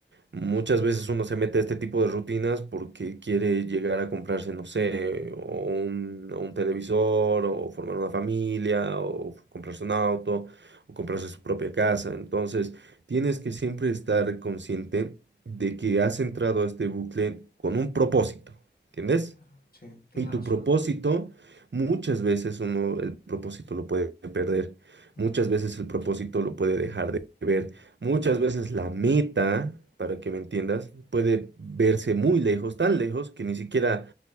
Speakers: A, on the right; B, on the left.
A: Muchas
B: mm,
A: veces uno se mete a este tipo de rutinas porque quiere llegar a comprarse, no sé, o un, o un televisor, o formar una familia, o comprarse un auto, o comprarse su propia casa. Entonces, tienes que siempre estar consciente de que has entrado a este bucle con un propósito, ¿entiendes?
B: claro, sí, tiene
A: Y tu
B: razón.
A: propósito, muchas veces uno el propósito lo puede perder,
B: Mm,
A: muchas veces el propósito lo puede dejar de ver, muchas
B: mm,
A: veces la meta, para que me entiendas, puede verse muy lejos, tan lejos que ni siquiera